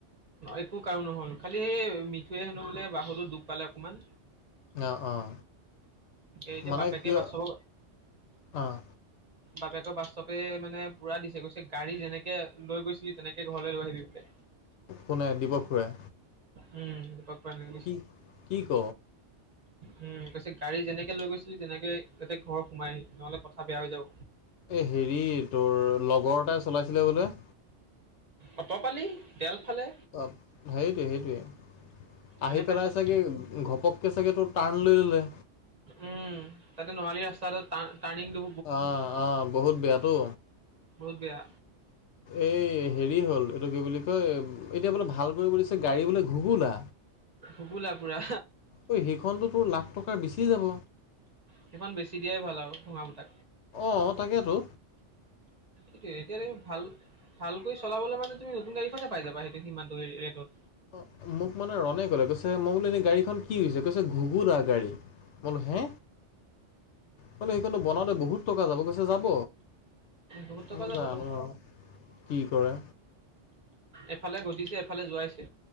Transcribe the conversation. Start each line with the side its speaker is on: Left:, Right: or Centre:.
Right: একো কাৰো নহল খালি সেই মিঠুৱে হেনো বোলে বাহতো দুখ পালে অকমান।
Left: অ অঁ
Right: এতিয়া
Left: মানে
Right: বাপেকে
Left: কিয়
Right: বাছল।
Left: অঁ
Right: বাপেকৰ বাস্তৱে মানে পুৰা দিছে গৈছে গাড়ী যেনেকে লৈ গৈছিলি তেনেকে ঘৰলৈ লৈ আহিবি বোলে।
Left: কোনে দীপক খুৰাই
Right: উম গম পালোঁ।
Left: কি কি ক
Right: উম কৈছে গাড়ী যেনেকে! লৈ গৈছিলি তেনেকে তাতে ঘৰ সোমাই আহিবি, নহ'লে কথা বেয়া হৈ যাব।
Left: এই হেৰি তোৰ লগৰ এটাই চলাইছিলে বোলে।
Right: অট পালি তেল ফালে।
Left: অ সেইটোৱে সেইটোৱে আহি
Right: এনে পাইছে।
Left: পেলাই চাগৈ ঘপককৈ চাগৈ তত। টাৰ্ণ লৈ ল'লে।
Right: উম তাতে নোৱালি ৰাস্তা টাৰ্ণিং তো।
Left: অঁ অ বহুত বেয়াটো।
Right: বহুত বেয়া।
Left: এই হেৰি হ'ল এইটো কি বুলি কয়। এতিয়া বোলে ভাল কৰিব দিছে গাড়ী বোলে ঘুগুলা।
Right: ভুগোলা পুৰা
Left: ঐ সেইখনতোতোৰ লাখ টকাৰ বেছি যাব।
Right: সেই খন বেছি দিয়াই ভাল আৰু ভঙা ফুটা।
Left: অঁ তাকেইেতো।
Right: এতিয়া এতিয়া তুমি ভাল ভালকৈ চলাবলে মানে তুমি নতুন গাড়ীখননে পাই যাবা। সিমানটো ৰেটত
Left: অ মোক মানে ৰনে কলে কৈছে মই বোলো এ গাড়ীখন কি হৈছে কৈছে ঘুগুলা গাড়ী। মই বোলো হে বোলো সেইখনটো বনাওঁতে বহুত টকা যাব, কৈছে যাব।
Right: বহুত টকা
Left: ম
Right: যাবতো
Left: জানো আৰু কি কৰে।
Right: এফালে ঘটিছে এফালে যোৱাইছে।